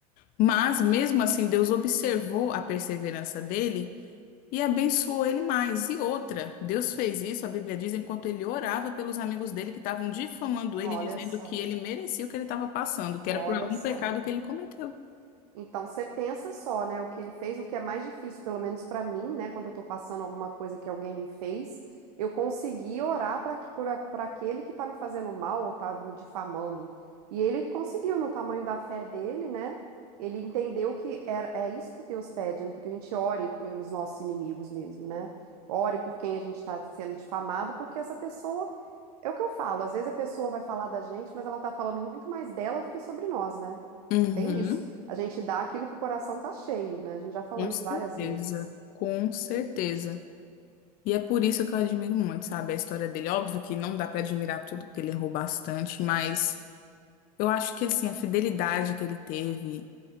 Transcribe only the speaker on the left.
Mas mesmo assim, Deus observou a perseverança dele E abençoou ele mais. E outra, Deus fez isso, a Bíblia diz, enquanto ele orava pelos amigos dele que estavam difamando ele,
dizendo
que ele merecia o que ele estava passando, que
era por algum
pecado que ele cometeu.
Uhum,
com
certeza,
com certeza. E é por isso que eu admiro muito, sabe, a história dele. Óbvio que não dá para admirar tudo, porque ele errou bastante, mas eu acho que, assim, a fidelidade que ele teve,